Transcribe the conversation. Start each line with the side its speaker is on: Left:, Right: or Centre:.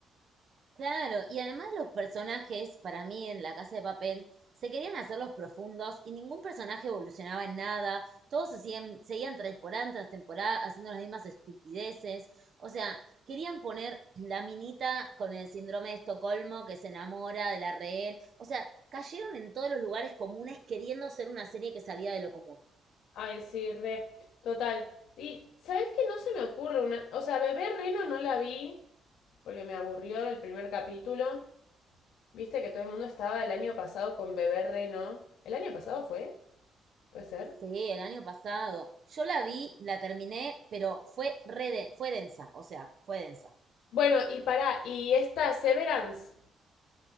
Right: Claro, y además los personajes, para mí en La Casa de Papel, se querían hacer los profundos y ningún personaje evolucionaba en nada, todos se siguen- seguían temporada tras temporada haciendo las mismas estupideces, o sea, querían poner la minita con el síndrome de Estocolmo que se enamora de la rehén, o sea, cayeron en todos los lugares comunes queriendo ser una serie que salía de lo común.
Left: Ay, sí, re. Total. Y, ¿sabes qué? No se me ocurre una. O sea, Bebé Reno no la vi porque me aburrió el primer capítulo. Viste que todo el mundo estaba el año pasado con Bebé Reno. ¿El año pasado fue? ¿Puede ser?
Right: Sí, el año pasado. Yo la vi, la terminé, pero fue re de- fue densa, o sea, fue densa.
Left: Bueno, y para, y esta Severance.